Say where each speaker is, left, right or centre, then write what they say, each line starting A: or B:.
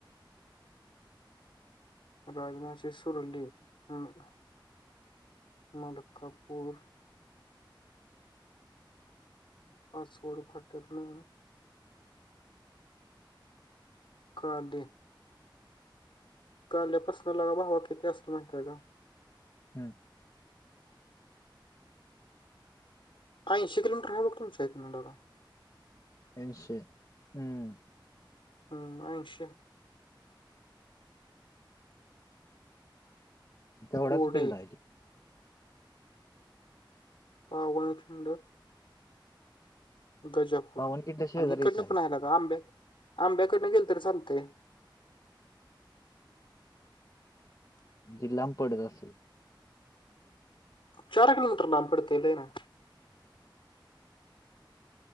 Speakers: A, on the left (about 85°); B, on the left (about 50°).
A: राज मावशी सोडून देईल हम्म मलकापूर. पा <unintelligible> भाटतेत ना. काली काल्यापासन लका भावा किती असेल माहितीय का?
B: हम्म
A: ऐंशी किलोमीटर आहे बघिमच्या एक किनटर का
B: अश हम्म
A: ह् अश
B: तेवढाच
A: कोडे,
B: केल राहिज
A: हा वचडं गजापूर
B: पावनखिंड शेजारीच
A: आणि हकडनं
B: आहे
A: पण आहेला का आंब्या आंब्याकडनं गेल तर चालते
B: जिलांब पडत असे
A: चार कलोमीटर लांब पडतेले ना